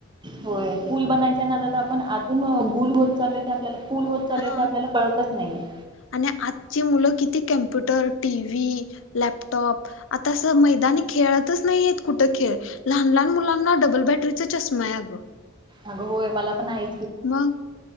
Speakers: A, on the right (about 20°); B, on the left (about 70°).
A: होय. पूल बनवायच्या नादात आपन अजून गुल होत चाललंय ते आपल्या फुल होत चाललेय
B: हा
A: ते आपल्याला कळतच नाही. नाई हाय.
B: आणि आजची मुलं किती कम्प्युटर, टीव्ही, लॅपटॉप, आता असं मैदानी खेळतच नाही आहेत कुठं खेळ? लहान लहान मुलांना डबल बॅटरीचा चष्मा आहे अग!
A: अग होय. मला पन आहे.
B: मग?